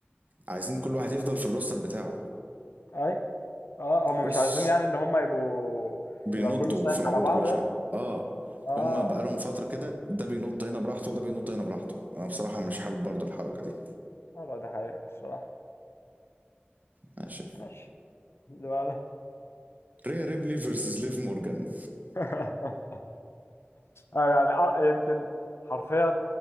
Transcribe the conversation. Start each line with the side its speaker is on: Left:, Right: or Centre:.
Right: عايزين كل واحد يفضل في الروستر بتاعه
Left: اي اه هم
Right: بص
Left: مش عايزين يعني ان هم يبقوا
Right: بينطوا
Left: يبقى كله سايح
Right: في العروض
Left: على بعضه
Right: كل شويه
Left: يعني
Right: اه
Left: اه
Right: هم بقالهم فتره كده ده بينط هنا براحته وده بينط هنا براحته انا بصراحه مش حابب برضو الحركه دي
Left: اه لا دي حقيقه الصراحه
Right: ماشي
Left: ماشي اللي بعدها
Right: ريا ريبلي فيرسز ليف مورجان
Left: <laughs> آه يعني آه يمكن حرفيا